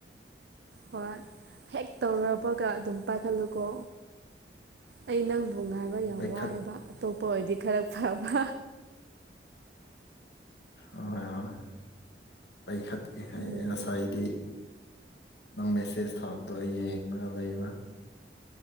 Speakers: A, on the right; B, on the left.
A: ꯍꯣꯏ ꯍꯦꯛ ꯇꯧꯔꯕꯒ ꯑꯗꯨꯝ ꯄꯥꯏꯈꯠꯂꯨꯀꯣ ꯑꯩ ꯅꯪ ꯉꯥꯏꯕ ꯌꯥꯝ
B: ꯄꯥꯏꯈꯠ
A: ꯋꯥꯏꯑꯕ ꯑꯇꯣꯞꯄ ꯑꯣꯏꯗꯤ ꯈꯔ ꯐꯕ
B: ꯍꯣꯏ ꯍꯣꯏ ꯑꯩꯈꯠꯀꯦ
A: ꯎꯝ
B: ꯑꯩ ꯉꯁꯥꯏꯗꯤ ꯅꯪ ꯃꯦꯁꯦꯖ ꯊꯥꯕꯗꯣ ꯑꯩ ꯌꯦꯡꯉꯒ ꯂꯩꯕ